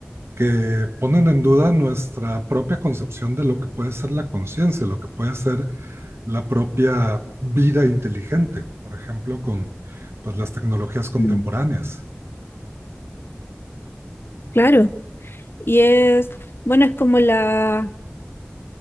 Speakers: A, on the right (about 80°); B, on the left (about 60°).
A: que ponen en duda nuestra propia concepción de lo que puede ser la conciencia, lo que puede ser la propia vida inteligente, por ejemplo, con pues, las tecnologías contemporáneas.
B: Mm, Claro. Y es, bueno, es como la,